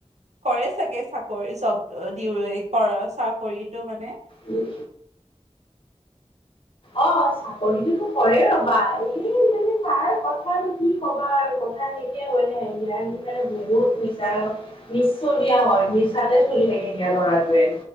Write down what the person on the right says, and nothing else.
কৰে চাগে চাকৰি জব অ দিওঁ এ কৰ চাকৰিতটো মানে